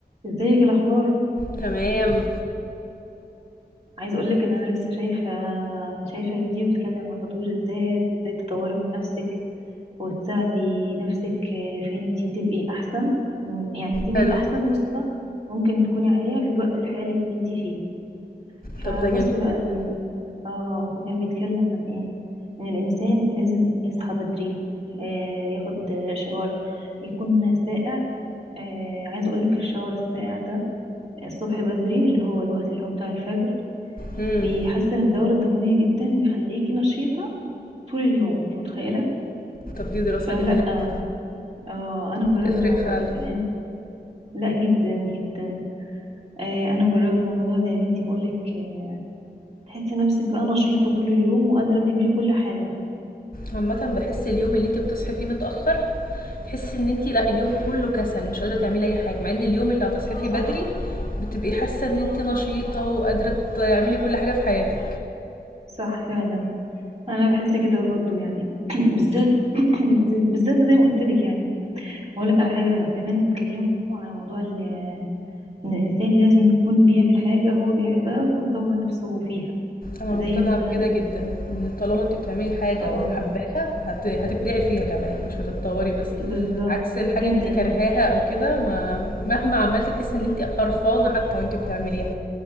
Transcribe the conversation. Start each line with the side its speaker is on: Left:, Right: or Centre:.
Right: ازيك إيه الاخبار
Left: تمام
Right: عايز اقولك ان انا لسه شايفه شايفه فيديو بيتكلم عن تطوير الذات وازاي تطوري من نفسك وتساعدي نفسك آه، في انتي تبقي احسن يعني تبقي
Left: حلو
Right: احسن نسخه ممكن تكوني عليها في الوقت الحالي اللي انتي فيه فبس
Left: طب ده جميل
Right: بقى
Left: جدا
Right: ال... اه فكان بيتكلم عن ايه ان الانسان لازم يصحى بدري آه ياخد شاور يكون ساقع آه عايز اقولك الشاور الساقع ده الصبح بدري اللي هو الوقت اللي هو بتاع الفجر
Left: امم
Right: بيحسن الدورة الدموية جدا بيخليكي نشيطة طول اليوم انت متخيلة
Left: طب دي دراسة
Right: فلا
Left: جميلة جدا
Right: آه انا مجربة
Left: تفرق
Right: الموضوع
Left: فعلا
Right: ده كمان لا جدا جدا آه انا مجربة الموضوع ده يا بنتي بقولك آه تحسي نفسك بقى نشيطة طول اليوم وقادرة تعملي كل حاجة
Left: عامة بحس اليوم اللي انت بتصحي فيه متأخر تحسي ان انت لا اليوم كله كسل مش قادرة تعملي اي حاجة مع ان اليوم اللي هتصحي فيه
Right: صح
Left: بدري بتبقي حاسة ان انت نشيطة وقادرة تعملي كل حاجة في حياتك
Right: صح فعلا انا بحس كده برضو يعني <clears throat> بالذات <clears throat> بالذات زي ما قلت لك يعني هقول لك على حاجة كمان اتكلموا على موضوع ال- ان الانسان لازم يكون بيعمل حاجة هو بيحبها ويطور نفسه فيها
Left: انا مقتنعه
Right: زي مثلا
Left: بكده جدا ان طالما انت بتعملي حاجه
Right: اه
Left: وحباها هت... هتبدعي فيها كمان مش هتتطوري بس
Right: بالظبط
Left: عكس الحاجه
Right: جدا
Left: انت كرهاها او كده ما مهما عملتي تحسي ان انت قرفانه حتى وانت بتعمليها